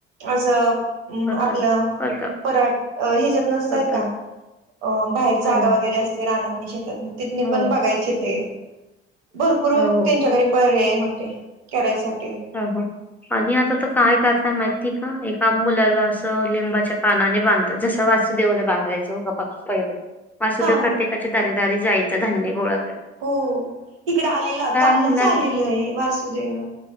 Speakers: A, on the right; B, in the centre.
A: असं अम
B: करतात
A: आपलं
B: करतात
A: पराठ ह्याच्यात नसतय
B: करतात
A: का अं बाहेर
B: हो.
A: जागा वगैरे असते राहनात नाही शेतात नाही तिथने
B: हो
A: पण बघायचे ते भरपूर
B: हो
A: त्यांच्या घरी पर्याय होते करायसाठी
B: हो हो आणि आता तर काय करताय माहिती ठी का एका मुलाला असं लिंबाच्या पानाने बांधतात जस वासूदेवला बांधरायचं का पक्ष पहिले वासुदेव
A: हा
B: प्रत्येकाच्या
A: ना
B: दारेदारी जायचं धान्य गोळ
A: हो इकडं आलेलं कालच
B: मुलां
A: आलेल आहे वासुदेव